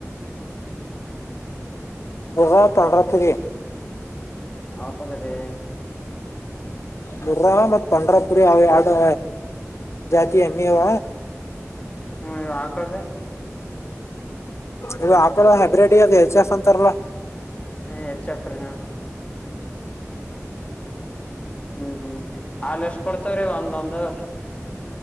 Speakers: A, on the left; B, on the left.
A: ಎದ ಪೊಂದ್ರರ ತೀೀ
B: ಹೌದ ರೀ
A: ನಿ ಮತ್ತ ಪಂಡ್ರಾಪುರಿ ಅವ ಯಡು ಜಾತಿ ಹೆಮ್ಮಿವ
B: ಹ್ಮ್ ಹಾಕದ್ರೆ
A: ಇದು ಆಾಕಲ್ಲ ಹೈಬ್ರೇಡ್ ಅದು ಎಚ್ ಎಫ್ ಅಂತಾರಲ್ಲ
B: ಹ್ಮ ಹೆಚ್ಫ್ರ ಹ ಹ್ಮ್ ಹ್ಮ್ ಅಲ್ ಎಷ್ಟ್ ಕೊಡ್ತ್ರೀ ಒಂದೊಂದು